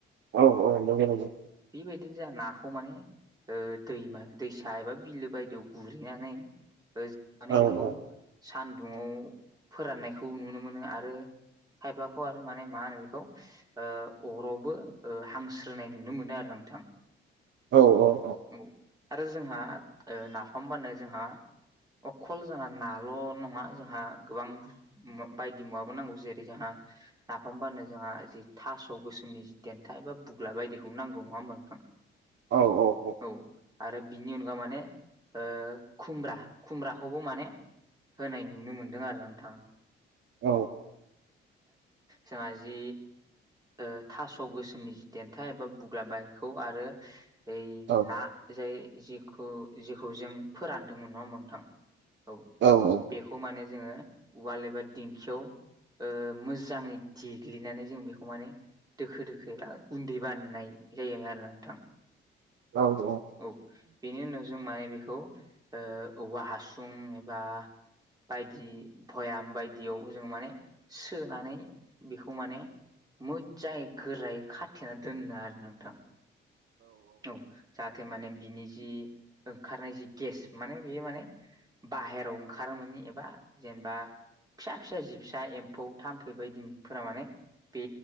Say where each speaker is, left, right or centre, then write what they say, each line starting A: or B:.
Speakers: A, on the right; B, on the right.
A: औ औ नंगौ नोंथां
B: बेबायदिनो जोंहा नाखौ माने ओ दैमा दैसा एबा बिलो बायदियाव गुरहैनानै ओ माने
A: नंगौ
B: बेखौ सान्दुंआव फोराननायखौ नुनो मोनो आरो खायफाखौ आरो माने मा होनो बेखौ ओ अरावबो ओ हां स्रोनाय नुनो मोनो आरो नोंथां।
A: औ औ औ
B: औ आरो जोंहा ओ नाफामबानो जोंहा अखल जोंहा नाल' नङा जोंहा गोबां बायदि मुवाबो नांगौ जेरै जोंहा नाफाम बानायनो जोंहा जि थास' गोसोमनि जि देन्था एबा बुग्ला बायदिखौ नांगौ नङा ओमबा नोंथां?
A: औ औ
B: औ आरो बिनि अनगा माने ओ खुमब्रा खुमब्राखौबो माने होनाय नुनो मोन्दों आरो नोंथां।
A: औ
B: जोङा जि ओ थास' गोसोमनि जि देन्था एबा बुग्ला बारिखौ आरो ओइ
A: औ
B: ना जाय जिखौ जेखौ जों फोरानदोंमोन नङा ओमबा नोंथां औ
A: औ औ
B: बेखौ माने जोङो उवाल एबा दिंखियाव ओ मोजाङै देग्लिनानै जों बे खौ माने दोखो दोखो एबा गुन्दै बानायनाय जायो आरो नोंथां।
A: औ औ
B: औ बेनि उनाव जों माने बेखौ ओ औवा हासुं एबा बायदि भयाम बायदियाव जों माने सोनानै बेखौ माने मोजाङै गोरायै खाथेना दोनो आरो नोंथां। औ जाहाथे माने बिनि जि ओंखारनाय जि गेस माने बेयो माने बाहेराव ओंखारोमोनि एबा जेनबा फिसा फिसा जि फिसा एम्फौ थाम्फै बायदिफोरा माने बे